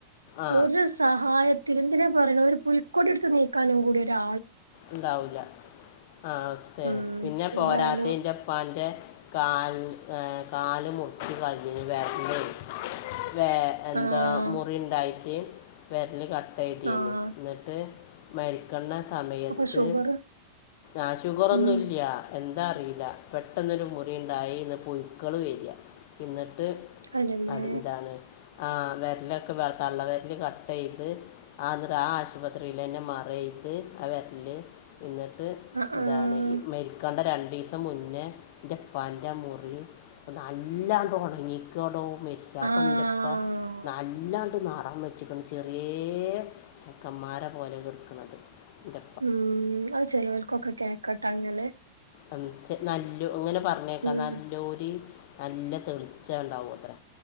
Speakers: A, on the left (about 50°); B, on the right (about 80°).
A: ആ
B: ഒരുസാ <unintelligible> എന്തിനാ പറിണ ഒരു പുൽക്കൊടി എടുത്ത് നീക്കാനും കൂടി ഒരാ
A: ഉണ്ടാവില്ല ആ അവസ്ഥേ
B: ഉം
A: പിന്നെ
B: എന്തായാലും
A: പോരാത്തന്റെപ്പാന്റെ കാൽ ഏ കാല് മുറച്ച് കളഞ്ഞഞ്ഞ് വേര ല് വേ എന്താ
B: ആഹ്
A: മുറി ഉണ്ടായി ഞ് വെരല് ക <unintelligible>
B: ആഹ്
A: ഇന്നട്ട് മരിക്കുന്ന സമയം
B: അപ്പൊ
A: ത്ത്
B: ഷുഗർ
A: ആഹ് ഷുഗറൊന്നുല്ല്യ
B: ഉം
A: എ ഇതറിയില്ല പെട്ടെന്നൊരു മുറിണ്ടായി ഇന്ന് പുഴുക്കള് വരിക ഇന്ന്
B: അന്റമ്മേ
A: അത് <unintelligible> ഇതാണ് ആ വെരലൊക്കെ വ തള്ള വെര്ല് കട്ടയ്ത് ആ ന്നട്ട് ആ ആശുപത്രിയിലന്നെ മറ ചെയ്ത് അ വെര് <unintelligible> ഇന്ന
B: ആഹ്
A: എന്താണ്
B: ആഹ്
A: മരിക്കേണ്ട രണ്ട് രണ്ട്ദിവസം മുന്നേ ജപ്പാൻ്റെ മുറി ഒ നല്ലാണ്ട് ഉണങ്ങിക്കടും മെരിച്ചാ
B: ആഹ്
A: പെണ്ണിന്റെപ്പ നല്ലാണ്ട് ന കം വെച്ചിട്ടാണ് ചെറിയ ചെക്കന്മാര പോലെ എടുക്കുന്നത് ഇ
B: ഉം അത് ശെരി ഒക്കൊക്കെ കേക്ക് കട്ടാനനെ
A: അം ചെ നല്ലൊ ഇങ്ങനെ പറഞ്ഞേക്കാ
B: ഉം
A: നല്ലൊര് നല്ല തെളിച്ച ഇണ്ടാവു അത്രേ